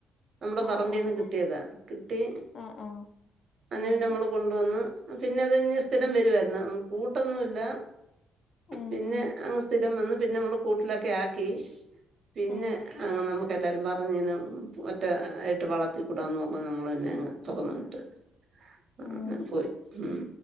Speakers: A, on the right (about 55°); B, on the left (about 50°).
A: നമ്മുടെ
B: ആഹ്
A: പറമ്പിന്ന്
B: ആഹ്
A: കിട്ടിയതാ.
B: ആഹ്
A: കിട്ടി
B: ആഹ് ആഹ്
A: അന്ന്
B: ഉം
A: പിന്നെ അമ്മള് കൊണ്ടുവന്ന് പിന്നെ അത് ഞ്ഞ് സ് സ്ഥിരം
B: ഉം
A: വരുവാര്ന്ന്. കൂടൊന്നുംല്ല,
B: ഉം
A: പിന്നെ
B: ഉം
A: അങ്ങ് സ്ഥി വന്ന് പിന്നെ അമ്മള് കൂട്ടിലൊക്കെ ആക്കി പിന്നെ
B: ഉം
A: അങ്ങ് നമുക്കെല്ലാരും പറഞ്ഞെന്നെ ഒറ്റ ആയിട്ട് വളർത്തിക്കൂടാന്ന് പർഞ്ഞാ നമ്മള് പിന്നെ അങ്ങ് തുറന്ന
B: ഉം
A: വിട്ട് അങ്ങനെ
B: ഉം
A: ഫോയി. ഉം